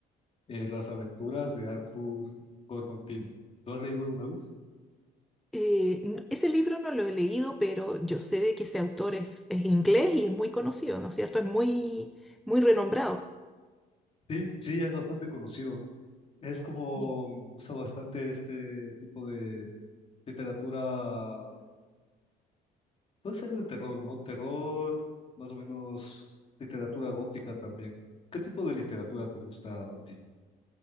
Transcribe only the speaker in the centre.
Eh, n- ese libro no lo he leído, pero yo sé de que ese autor es, es inglés y es muy conocido, ¿no es cierto? Es muy, muy renombrado.
Y-